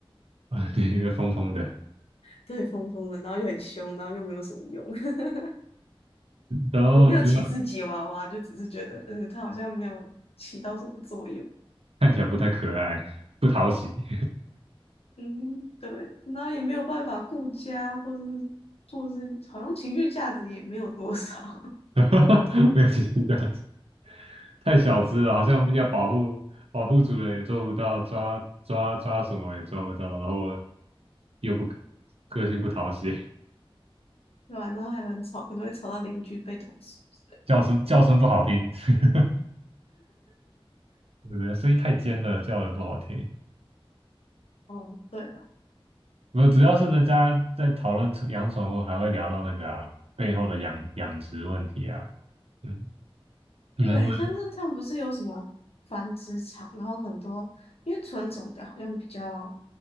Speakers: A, on the right; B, on the left.
A: 啊，对，因为疯疯的，
B: 对，疯疯的，然后又很凶，然后又没有什么用。<laughs>
A: 然后主要
B: 我没有歧视吉娃娃，就只是觉得，嗯，它好像没有起到什么作用。
A: 看起来不太可爱，不讨喜，
B: 嗯，对，然后也没有办法顾家，或是或是好像情绪价值也没有多少，
A: <laughs> 没有其他的。<laughs> 太小只了，好像要保护保护主人也做不到，抓抓抓什么也抓不到，然后又不个性不讨喜，
B: <laughs> 对吧、然后还很吵，可能会吵到邻居被投诉之类的
A: 叫声叫声不好听，<laughs> 对不对？声音太尖了，叫的不好听。
B: 哦，对了，
A: 我主要是人家在讨论宠养宠物，还会聊到那个啊背后的养养殖问题啊。嗯，你们问，
B: 对，像是他们不是有什么繁殖场，然后很多因为纯种的好像比较